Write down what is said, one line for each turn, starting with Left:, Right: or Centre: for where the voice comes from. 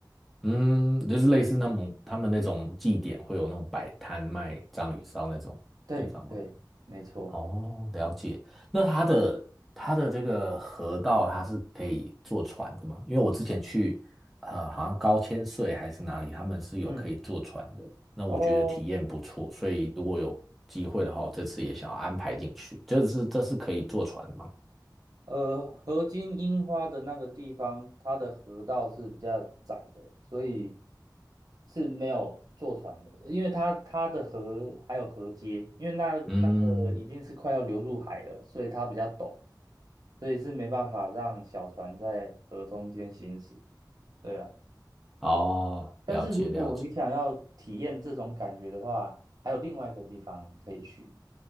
Centre: 嗯，就是类似那种他们那种祭典会有那种摆摊卖章鱼烧那种地方吗？
Right: 对对，没错。
Centre: 哦，了解。那它的它的这个河道，它是可以坐船的吗？因为我之前去，呃，好像高千穗还是哪里，他们是有可以坐船的。
Right: 嗯，
Centre: 那我觉得体验不错，
Right: 然后
Centre: 所以如果有机会的话，我这次也想要安排进去。这是这是可以坐船的吗？
Right: 呃，河津樱花的那个地方，它的河道是比较窄的，所以是没有坐船的，因为它它的河还有河街，因为那那个已经是快要流入海了，
Centre: 嗯，
Right: 所以它比较陡，所以是没办法让小船在河中间行驶。对啊。
Centre: 哦，
Right: 但是如果你想要体验这种感觉的话，
Centre: 了解了解。
Right: 还有另外一个地方可以去，